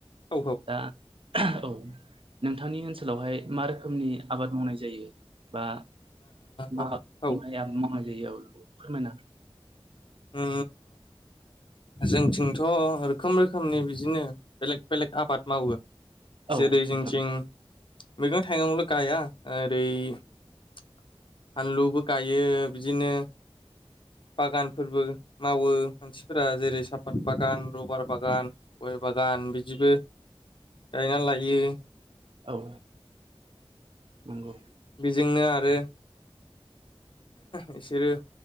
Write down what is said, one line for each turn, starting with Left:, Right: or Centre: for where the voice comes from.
Left: औ
Right: दा औ। नोंथांनि ओनसोलावहाय मा रोखोमनि आबाद मावनाय जायो? बा मा
Left: औ औ
Right: माइ मावनाय जायो आरो बेखौ फोरमायना
Left: ओ जोंथिंथ' रोखोम रोखोमनि बिदिनो बेलेग बेलेग आबाद मावो
Right: औ
Left: जेरै
Right: नोंथां
Left: जोंथिं मैगं थाइगंल' गाया ओरै फानलुबो गायो बिदिनो बागानफोरबो मावो मानसि फोरा जेरै साफात बागान रबार बागान गय बागान बिदिबो गायना लायो।
Right: औ नंगौ
Left: बेजोंनो आरो बिसोरो